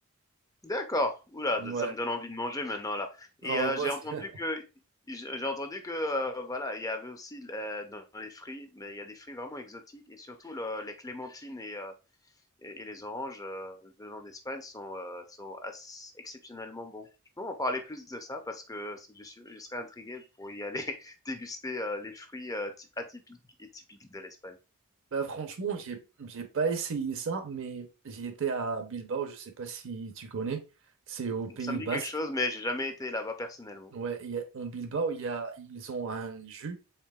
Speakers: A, on the left; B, on the right.
A: D'accord. Oula,
B: Ouais.
A: ça me donne envie de manger maintenant là.
B: Ah
A: Et
B: ouais,
A: euh,
B: moi,
A: j'ai
B: aussi.
A: entendu
B: <laughs>
A: que j'ai j'ai entendu que euh, voilà, il y avait aussi euh, dans les fruits, mais il y a des fruits vraiment exotiques et surtout le- les clémentines et euh, et, et les oranges euh, venant d'Espagne sont, euh, sont assez, exceptionnellement bons. Je peux en parler plus de ça parce que je, suis, je serais intrigué pour y aller <laughs> déguster euh, les fruits euh, atypiques et typiques de l'Espagne.
B: bah, franchement, j'ai j'ai pas essayé ça, mais j'y étais à Bilbao, je sais pas si tu connais, c'est au Pays
A: Ça me
B: Basque.
A: dit quelque chose, mais j'ai jamais été là-bas personnellement.
B: Ouais, il y a- en Bilbao, il y a, ils ont un jus,